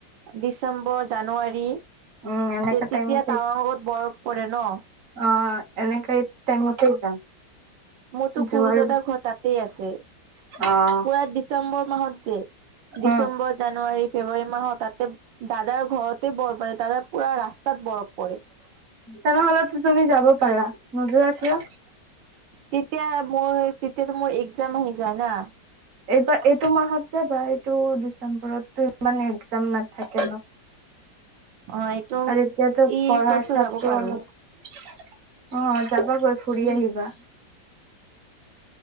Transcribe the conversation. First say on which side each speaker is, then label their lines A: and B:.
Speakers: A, on the right; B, on the right.
A: ডিচেম্বৰ জানুৱাৰী তে
B: উম এনেকা টাইমতে
A: তেতিয়া তাৱাৰত মগত বৰফ পৰে ন?
B: অ এনেকে টাইমতে যাম।
A: মতো খৰুু
B: যোৱাৰ
A: দাদাৰ ঘৰ তাতেই আছে।
B: অ',
A: পুৰা ডিচেম্বৰ মাহত যে ডিচেম্বৰ
B: অ',
A: জানুৱাৰী ফেব্ৰুৱাৰী মাহত তাতে দাদাৰ ঘৰতে বৰবাৰেী দাদাৰ পুৰা ৰাস্তাত বৰফ। পৰে
B: তেনেহলেতো তুমি যাব পাৰা নোজোৱা কিয়?
A: তেতিয়া মই তেতিয়াতো মোৰ একজাম আহি যায় না।
B: এইবাৰ এইটো মাহত যাবা এইটো ডিচেম্বৰতটো ইমান একজাম নাথাকে ন?
A: অ এইটো
B: আৰু এতিয়াতো
A: এই
B: পঢ়াৰ
A: বছৰ
B: চাপটো
A: যাব পাৰো
B: অলপ অ যাবা গৈ ফুৰি আহিবা।